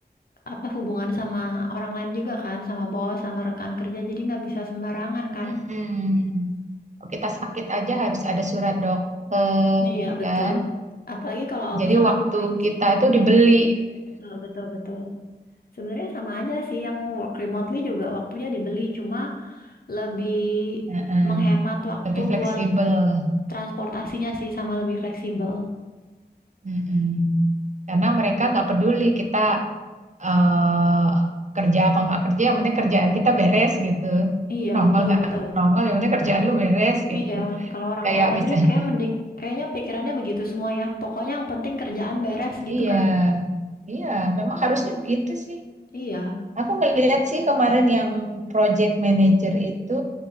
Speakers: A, on the left; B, on the right.
A: apa hubungan sama orang lain juga kan sama bos sama rekan kerja jadi nggak bisa sembarangan kan.
B: <laughs> Mm-mm. Kalau kita sakit aja harus ada surat dokter,
A: Iya betul.
B: kan?
A: Apalagi kalau
B: Jadi
A: misalkan
B: waktu
A: mau izin.
B: kita itu dibeli.
A: Betul betul betul. Sebenarnya sama aja sih yang work remotely juga waktunya dibeli, cuma lebih
B: <laughs> Heeh,
A: menghemat waktu
B: Lebih fleksibel.
A: buat transportasinya sih sama lebih fleksibel.
B: Mm-mm. Karena mereka nggak peduli kita eh, kerja apa nggak kerja, yang penting kerjaan kita beres gitu.
A: Iya,
B: Nongol
A: betul,
B: nggak
A: betul.
B: nongol, yang penting kerjaan lu beres gitu.
A: Iya, kalau orang
B: Kayak
A: luar negeri
B: misalnya,
A: kayak mending kayaknya pikirannya begitu semua ya. Pokoknya yang penting kerjaan beres gitu
B: iya,
A: kan.
B: iya, memang harusnya begitu sih.
A: Iya,
B: Aku ngelihat sih kemarin yang project manager itu